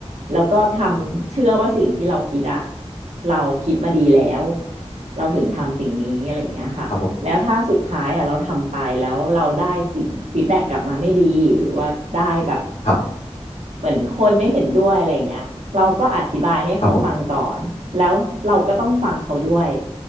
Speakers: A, on the right (about 75°); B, on the left (about 85°).
A: แล้วก็ทำเชื่อว่าสิ่งที่เราคิดอะเราคิดมาดีแล้วเราถึงทำสิ่งนี้อะไรอย่างเงี้ยค่ะแล้วถ้าสุดท้ายอะเราทำไปแล้วเราได้สิ่งฟีดแบ็กกลับมาไม่ดีหรือว่าได้แบบ
B: ครับผมครับ
A: เหมือนคนไม่เห็นด้วยอะไรเงี้ยเราก็อธิบายให้เขาฟังก่อนแล้วเราก็ต้องฟังเขาด้วย
B: ครับผม